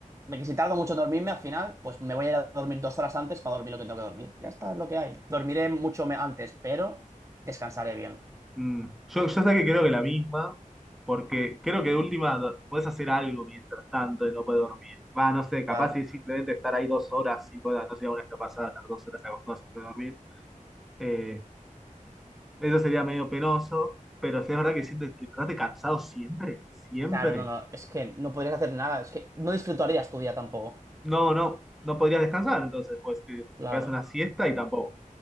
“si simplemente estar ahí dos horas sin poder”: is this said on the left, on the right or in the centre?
Centre